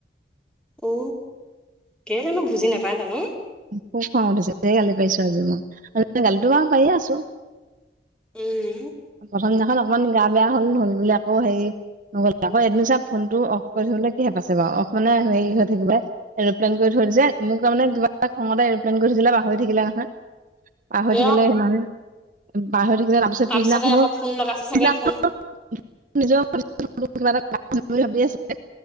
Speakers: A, in the centre; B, on the right.
A: অ, কেলেইনো বুজি নাপায় জানো?
B: খুব খং উঠিছে ধেৰ গালি পাৰিছো আজি মই, গালিটো বাৰু পাৰিয়ে আছো।
A: এই
B: সেইদিনাখন অকমান গা বেয়া হ'ল হ'ল বুলি আকৌ হেৰি ন আক এদিন চা ফোনটো অফ কৰি থবলৈ কিহে পাইছে বাৰু, অফ মানে হেৰি হৈ থাকিব এৰপ্লেইন কৰি থ যে মোক তাৰমানে কিবা খঙতে এৰপ্লেন কৰিছিলে পাহৰি থাকিলে নহয়, পাহৰি
A: অ
B: থাকিলে সিমান পাহৰি থাকি তাৰপিছত
A: তাৰপিছতে
B: পিছদিনাখনো
A: আকৌ ফোন লগাইছে চাগে
B: পিছদিনাখন
A: ফোন
B: নিজৰ <unintelligible> কিব বুলি ভাবি আছে